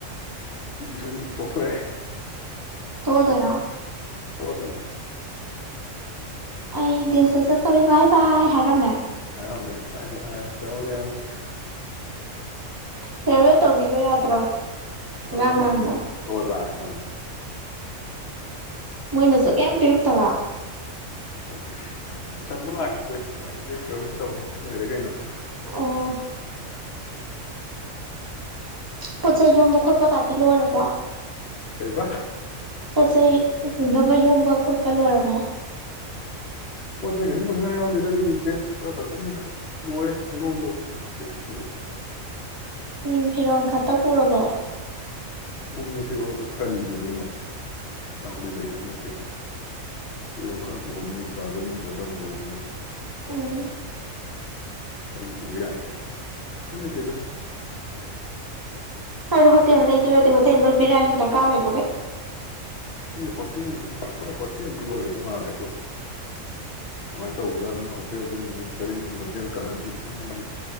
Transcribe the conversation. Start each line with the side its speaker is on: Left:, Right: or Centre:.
Left: ꯁ ꯄꯣꯛꯈꯣꯏꯦ
Right: ꯇꯣꯑꯗ‌ꯣꯏꯔꯥ
Left: ꯑꯣꯛꯑ ꯊꯝꯃꯦ
Right: ꯑꯩ ꯗꯦꯁꯇ ꯆꯠꯇꯧꯔꯦ ꯚꯥꯏ ꯚꯥꯏ ꯍꯥꯏꯔꯝꯃꯦ
Left: ꯍꯥꯏꯔꯝꯃꯦ ꯚꯥꯏ <unintelligible>
Right: ꯐꯤꯌꯥꯔꯋ‌ꯦꯜ ꯇꯧꯕꯤꯈꯣ ꯌꯥꯗ꯭ꯔꯣ
Left: ꯇꯧꯔꯝꯃ‌ꯣꯏ
Right: ꯑꯉꯥꯡ ꯃꯌꯥꯝꯗꯣ
Left: <unintelligible> ꯑꯣꯟꯅ
Right: ꯃꯣꯏ ꯅ ꯆꯛ ꯀꯩꯝ ꯄꯤꯔꯛꯇꯕ
Left: ꯂꯛꯇ‌ꯦ ꯇꯨꯏꯁꯟꯕꯨ ꯂꯥꯛꯈꯤꯗ꯭ꯔꯦ ꯃ‌ꯣꯏ ꯑꯩ ꯐꯤꯌꯥꯔꯋ‌ꯦꯜ ꯇꯧꯅꯤ ꯈꯪꯕꯩꯔ ꯀꯩꯅꯣ
Right: ꯑꯣ ꯄꯣꯠ ꯆꯩꯩ ꯌꯣꯝꯕ ꯈꯣꯠꯄ ꯀꯥꯇꯤ ꯂꯣꯏꯔꯕꯣ
Left: ꯀꯩꯕ
Right: ꯄꯣꯠ ꯆꯩꯩ ꯄꯨꯅꯕ ꯌꯣꯝꯕ ꯈꯣꯠꯄ ꯂꯣꯏꯔꯕꯣ
Left: ꯄꯣꯠ ꯆꯩ ꯀꯩꯁꯨ ꯄꯨꯅꯤꯡꯉꯥꯏ ꯌꯥꯎꯗꯦꯗ ꯑꯩꯗꯤ ꯗ꯭ꯔꯦꯁ ꯈꯔ ꯈꯛꯇꯅꯤꯗ ꯂꯣꯏꯔꯦ ꯌ‌ꯣꯝꯕꯗꯤ ꯗ꯭ꯔꯦꯁꯇꯨꯗꯤ
Right: ꯎꯝ ꯐꯤꯔꯣꯟ ꯈꯛꯇ ꯄꯨꯔꯕꯣ
Left: ꯎꯝ ꯐꯤꯔꯣꯜ ꯈꯛꯇ ꯀꯔꯤ ꯄꯨꯗꯣꯏꯅꯣ ꯀꯌꯥꯝ ꯀꯨꯏ ꯂꯩꯗꯣꯏꯁꯨ ꯅꯠꯇꯦ ꯐꯤꯔꯣꯜ ꯈꯔ ꯄꯨꯔꯅꯤ ꯆꯥꯖꯔ ꯅꯨꯡꯖꯔ ꯈꯔ ꯄꯨꯔꯅꯤ
Right: ꯎꯝ
Left: ꯀꯩ ꯄꯨꯕ ꯌꯥꯒ‌ꯦ ꯀꯩꯝ ꯂꯩꯇꯦꯗ
Right: ꯑꯗ ꯍ‌ꯣꯇꯦꯜ ꯂꯩꯗꯣꯏ ꯑ‌ꯣꯏꯗꯤ ꯍꯣꯇ‌ꯣꯜ ꯂ‌ꯣꯏꯅ ꯄꯤꯔꯛꯑꯅꯤ ꯀꯥ ꯂꯩꯕꯒꯩ
Left: ꯅꯣꯏꯗꯤ ꯍꯣꯇꯦꯜ ꯍꯣꯏ ꯍꯣꯇꯦꯜꯗꯤ ꯑꯣꯏꯒꯗꯧ ꯃꯥꯜꯂꯦ ꯑꯗꯣ ꯑꯗꯨꯃꯥꯏꯅ ꯇꯧꯕꯖꯥꯅ ꯃꯣꯏ ꯍꯣꯇꯦꯜꯁꯦ ꯅꯨꯃꯤꯠ ꯇꯔꯦꯠꯅꯤ ꯍꯣꯇꯦꯜ ꯀꯛꯑꯗꯤꯉꯩꯅꯤ